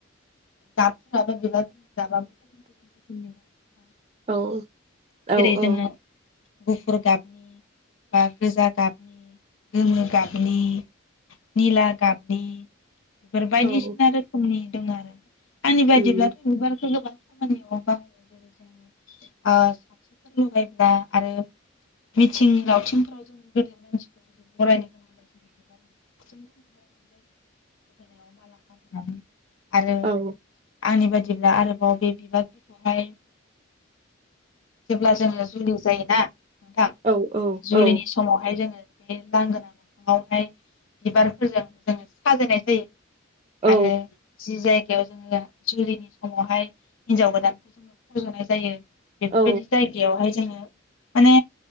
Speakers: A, on the left; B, on the right.
A: <unintelligible>
B: औ औ
A: जेरै जोङो
B: औ
A: गुफुर गाबनि बा गोजा गाबनि गोमो गाबनि निला गाबनि बेफोर बायदिसिना
B: औ
A: रोखोमनि दं आरो आंनि बायदिब्लाथ'
B: उम
A: बिबारखौ गोबां खामामिआव बाहायो जेरै जोङो ओ <unintelligible> लगायब्ला आरो मिथिं दावथिंफोराव जोङो गेदेर मानसिफोर जुदि <unintelligible> बरायनो गोनांब्ला जों <unintelligible> बिबारजों बरायो गोदोनायाव माला गानहोनानै आरो
B: औ
A: आंनि बायदिब्ला आरोबाव बे बिबारफोरखौहाय जेब्ला जोङो जुलि जायो <unintelligible> नोंथां
B: औ औ
A: जुलिनि
B: औ
A: समावहाय जोङो बे लांगोना मोखाङावहाय बिबारफोरजों जोङो साजायनायखौ दै
B: औ
A: आरो जि जाय गायाव जोङो जुलिनि समावहाय हिन्जाव गोदानखौ जोङो फज'नाय जायो। बेफोरबायदि
B: औ
A: जायगायावहाय जोङो माने